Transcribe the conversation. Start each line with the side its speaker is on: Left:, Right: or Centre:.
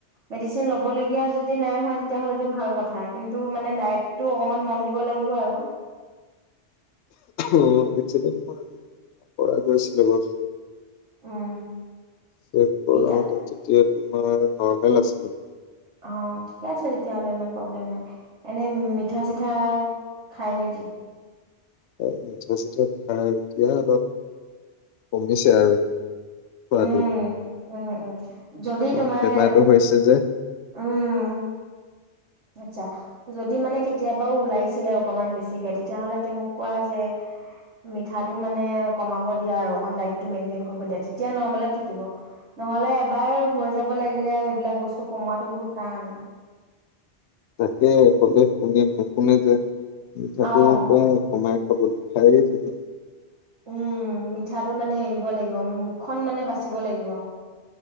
Right: মেডিচিন লব লগীয়া যিদ নাই হোৱা তেনে ভাল কথা কিন্তু মানে দায়েতটো অকমান মন দিব লাগিব আৰু
Left: উমখো <inaudible> চেক
Right: উম,
Left: চেক কৰাওতে
Right: মিঠা
Left: তেতিয়া তোমাৰ, নৰ্মেল আছিলে,
Right: অ' ঠিকে আছে তেতিয়া হলে ইমান প্ৰবলেম নাই এনে মিঠা চিঠা খায় নে কি?
Left: উম মিঠা চিঠা খায় এতিয়া অলপ কমিছে আৰু খোৱাটো
Right: উম, উম, উম যদি
Left: কাৰণ
Right: তোমাৰ
Left: বেমাৰটো হৈছে যে
Right: উম। আচ্ছা, যদি মানে কেতিয়াবা বাওঁ উলাইছিলে অকমান বেছিকে তেতিয়া হ'লে তেওঁক কোৱা যে মিঠাটো মানে কমাবৰ দিয়া আৰু দাইতটো মেইনটেন কৰিবৰ দিয়া তেতিয়া নৰ্মেলত থাকিব নহ'লে এবাৰ হৈ যাব লাগিলে কমোৱাটো বহুত টান।
Left: তাকে ক'লে শুনি নুশুনে যে মিঠাটো
Right: অ',
Left: প্ৰায় কমাই খাব খাই থাকে।
Right: উম, মিঠাটো মানে এৰিব লাগিব মূখখন মানে বাচিব লাগিব।